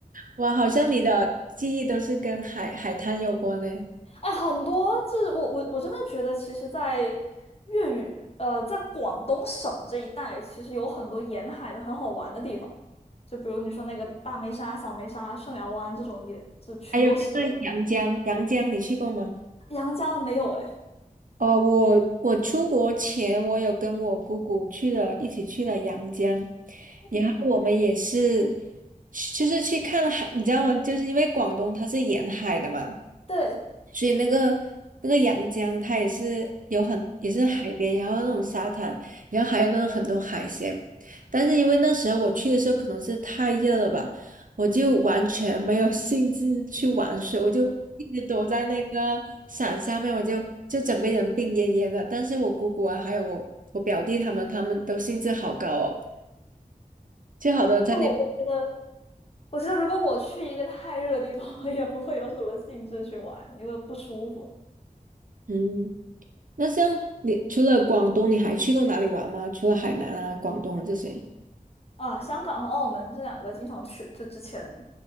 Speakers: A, on the right (about 65°); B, on the left (about 40°).
A: 哇，好像你的记忆都是跟海海滩有关呢。
B: 哎，很多就是我我我真的觉得，其实，在粤语呃，在广东省这一带，其实有很多沿海的很好玩的地方，就比如你说那个大梅沙、小梅沙、顺寮湾这种也，这全都是
A: 还有那个阳江，阳江你去过吗？
B: 阳江没有哎，
A: 哦，我我出国前，我有跟我姑姑去了，一起去了阳江，然后我们也是，
B: 嗯，
A: 就是去看海，你知道吗？就是因为广东它是沿海的嘛，
B: 对，
A: 所以那个那个阳江它也是有很也是海边，然后那种沙滩，然后还有那种很多海鲜，但是因为那时候我去的时候可能是太热了吧，我就完全没有兴致去玩水，我就一直躲在那个伞下面，我就就整个人病恹恹的。但是我姑姑啊，还有我我表弟他们，他们都兴致好高哦，就好多人在那。
B: 但是我我觉得。我觉得如果我去一个太热的地方，<laughs> 我也不会有什么兴致去玩，因为不舒服。
A: 嗯，那像你除了广东，你还去过哪里玩吗？除了海南啊、广东啊这些？
B: 啊，香港和澳门这两个经常去，就之前，